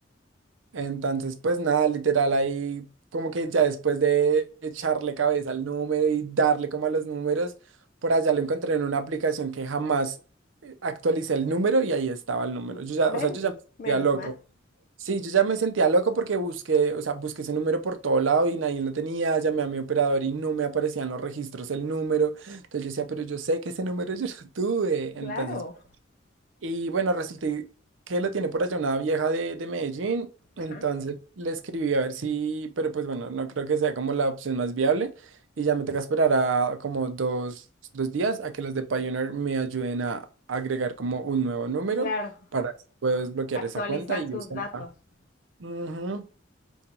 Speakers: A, on the right (about 85°); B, on the left (about 45°).
A: Entonces, pues nada, literal, ahí como que ya después de echarle cabeza al número y darle como a los números, por allá lo encontré en una aplicación que jamás eh, actualicé el número y ahí estaba el número.
B: Mm,
A: Yo ya,
B: Bueno,
A: o sea, yo ya me sentía
B: menos
A: loco.
B: mal.
A: Sí, yo ya me sentía loco porque busqué, o sea, busqué ese número por todo lado y nadie lo tenía, llamé a mi operador y no me aparecían los registros el número. Entonces yo decía, pero yo sé que ese número yo lo tuve.
B: Claro.
A: Entonces, y bueno, resulta que la tiene por allá una vieja de, de Medellín. Entonces
B: Ajá.
A: le escribí a ver si, pero pues bueno, no creo que sea como la opción más viable. Y ya me toca esperar a como dos, dos días a que los de Pioneer me ayuden a agregar como un nuevo número
B: Claro.
A: para poder desbloquear
B: Actualizar
A: esa cuenta y
B: tus
A: usarla.
B: datos.
A: Ujú,